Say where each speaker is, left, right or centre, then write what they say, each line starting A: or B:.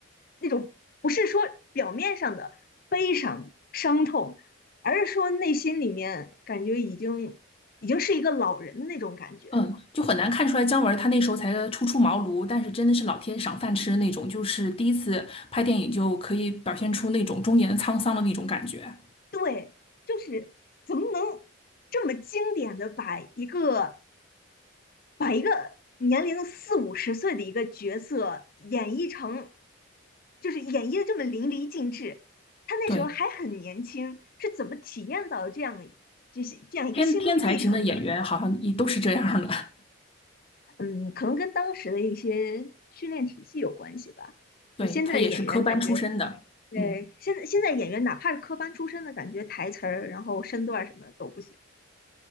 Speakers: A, on the left; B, on the left.
A: 那种，不是说表面上的悲伤伤痛，而是说内心里面感觉已经已经是一个老人的那种感觉。
B: 嗯，就很难看出来姜文他那时候才初出茅庐，但是真的是老天赏饭吃的那种，就是第一次拍电影就可以表现出那种中年的沧桑的那种感觉。
A: 对，就是怎么能这么经典的把一个把一个年龄四五十岁的一个角色演绎成，就是演绎的这么淋漓尽致。他那时候还很年轻，
B: 对，
A: 是怎么体验到这样就是这样一个心路历程的？
B: 天天才型的演员好像也都是这样的。
A: 嗯，可能跟当时的一些训练体系有关系吧。
B: <laughs> 对，
A: 呃现在的演员感觉，
B: 他也是科班出身的。
A: 对，
B: 嗯。
A: 现在现在演员哪怕是科班出身的，感觉台词儿，然后身段儿什么都不行。